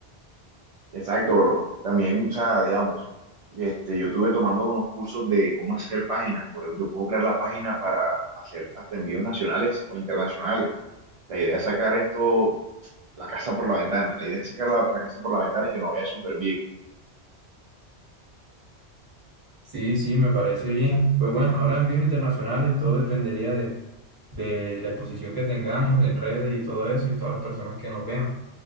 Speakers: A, on the right; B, on the right.
A: Exacto, bro. También, o sea, digamos, este, yo estuve tomando unos cursos de cómo hacer páginas. Pues yo puedo crear la página para hacer hasta envíos nacionales o internacionales. La idea es sacar esto la casa por la ventana. La idea es sacar la, la casa por la ventana y que nos vaya súper bien.
B: Sí, sí, me parece bien. Pues bueno, ahora envíos internacionales, todo dependería de, de la exposición que tengamos en redes y todo eso y todas las personas que nos vean.